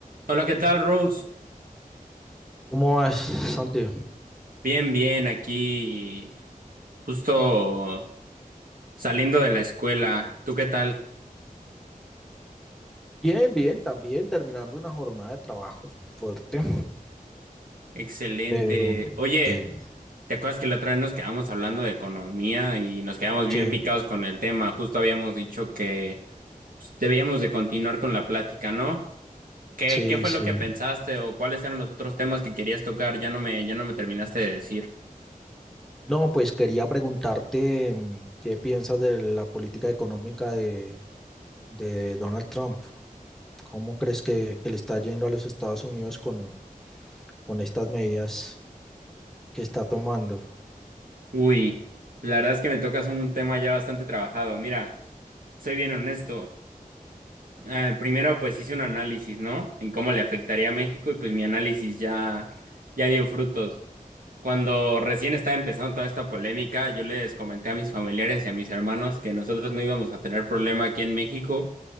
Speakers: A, on the right; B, in the centre.
A: Hola, ¿qué tal, Rose?
B: ¿Cómo vas, Santi?
A: Bien, bien, aquí justo saliendo de la escuela. ¿Tú qué tal?
B: Bien, bien, también terminando una jornada de trabajo fuerte,
A: Excelente.
B: pero
A: Oye,
B: bien.
A: ¿te acuerdas que la otra vez nos quedamos hablando de economía y nos quedamos bien
B: Sí,
A: picados con el tema? Justo habíamos dicho que pues, debíamos de continuar con la plática, ¿no? ¿Qué,
B: sí,
A: qué fue
B: sí.
A: lo que pensaste o cuáles eran los otros temas que querías tocar? Ya no me, ya no me terminaste de decir.
B: No, pues quería preguntarte mm, qué piensas de la política económica de, de Donald Trump. ¿Cómo crees que, que le está yendo a los Estados Unidos con, con estas medidas que está tomando?
A: Uy, la verdad es que me tocas un tema ya bastante trabajado. Mira, soy bien honesto. Eh, primero, pues hice un análisis, ¿no? En cómo le afectaría a México y pues mi análisis ya, ya dio frutos. Cuando recién estaba empezando toda esta polémica, yo les comenté a mis familiares y a mis hermanos que nosotros no íbamos a tener problema aquí en México,